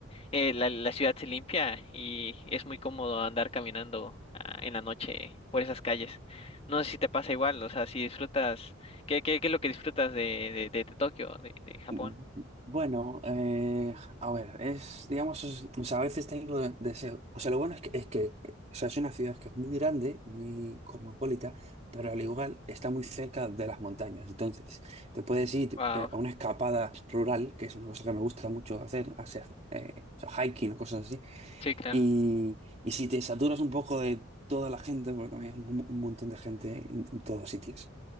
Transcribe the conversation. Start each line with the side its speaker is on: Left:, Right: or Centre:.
Left: eh, la, la ciudad se limpia y es muy cómodo andar caminando ah, en la noche por esas calles. No sé si te pasa igual, o sea, si disfrutas, ¿qué, qué, qué es lo que disfrutas de, de, de, de Tokio, de, de Japón?
Right: Mm, Bueno, eh, a ver, es, digamos, es- o sea, a veces tengo de- deseo. O sea, lo bueno es que, es que, eh, o sea, es una ciudad que es muy grande, muy cosmopolita, pero al igual está muy cerca de las montañas. Entonces, te puedes ir
Left: Wow,
Right: eh, a una escapada rural, que es una cosa que me gusta mucho hacer, hacer eh, o sea, hiking o cosas así.
Left: sí, claro.
Right: Y, y si te saturas un poco de toda la gente, porque también hay un, un montón de gente en, en todos sitios.